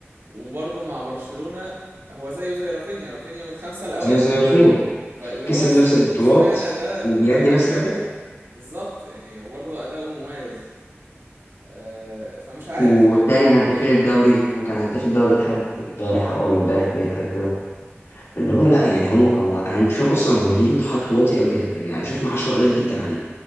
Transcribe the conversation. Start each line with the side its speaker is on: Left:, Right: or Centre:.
Right: وبرضه مع برشلونة هو زيه زي رافينيا رافينيا من الخمسة الاوائل
Left: زي زي رفيع
Right: فاللي
Left: كسب
Right: هو اش-
Left: نفس البطولات
Right: اشمعنى ده
Left: وبيدي
Right: وده لا
Left: نفس الأداء
Right: بالظبط يعني وبرضه أداؤه مميز آه، فمش عارف
Left: والتاني
Right: يعني
Left: هدافين الدوري وكان هداف الدوري لحد امبارح أو أول امبارح باين حاجة كده اللي هو لا يعني هو هو انا مش فاهم اصلا هو ليه متحط واطي او كده يعني انا شايف ان 10 قليل جدا عليه